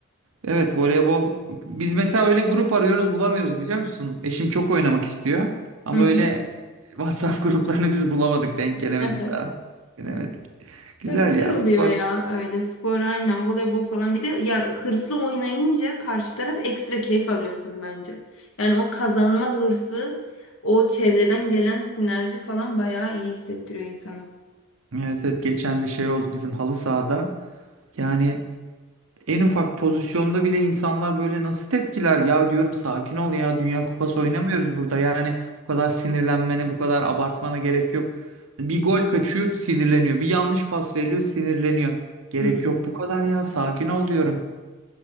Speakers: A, on the right; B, on the left.
A: Evet voleybol biz mesela öyle grup arıyoruz bulamıyoruz biliyor musun? Eşim çok oynamak istiyor. Ama
B: Hı hı.
A: öyle WhatsApp <laughs> gruplarını biz bulamadık. Denk gelemedik
B: <laughs>
A: daha. Gelemedik. Güzel
B: Ya güzel
A: ya
B: oluyor
A: spor.
B: ya öyle spor aynen voleybol falan bir de ya hırslı oynayınca karşı taraf ekstra keyif alıyorsun bence. Yani o kazanma hırsı o çevreden gelen sinerji falan bayağı iyi hissettiriyor insana.
A: Evet evet geçen de şey oldu bizim halı sahada. Yani En ufak pozisyonda bile insanlar böyle nasıl tepkiler ya diyorum sakin ol ya Dünya Kupası oynamıyoruz burada yani bu kadar sinirlenmene bu kadar abartmana gerek yok. Bir gol kaçıyor sinirleniyor bir yanlış pas veriliyor sinirleniyor. Gerek
B: Hmm.
A: yok bu kadar ya sakin ol diyorum.